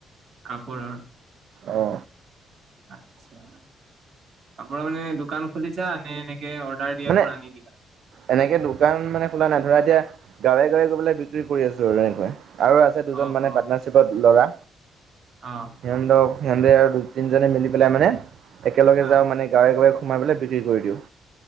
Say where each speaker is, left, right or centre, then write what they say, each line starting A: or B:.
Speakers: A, on the right; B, on the right.
A: কাপোৰৰ,
B: অ
A: আচ্ছা কাপোৰ মানে দোকান খুলিছা? নে এনেকে অৰ্ডাৰ দিয়াবোৰ
B: মানে
A: আনি দিবা?
B: এনেকে দোকান মানে খোলা নাই। ধৰা এতিয়া গাঁৱে গাঁৱে গৈ পেলাই বিক্ৰী কৰি আছোঁ আৰু এনেকে। আৰু আছে দুজন
A: অ',
B: মানে
A: অ',
B: পাৰ্টনাৰশ্বিপত ল'ৰা।
A: অ,
B: সিহঁতক, সিহঁতে আৰু দুই তিনিজনে মিলি পেলাই মানে একেলগে
A: অ',
B: যাওঁ মানে। গাঁৱে গাঁৱে সোমাই পেলাই বিক্ৰী কৰি দিওঁ।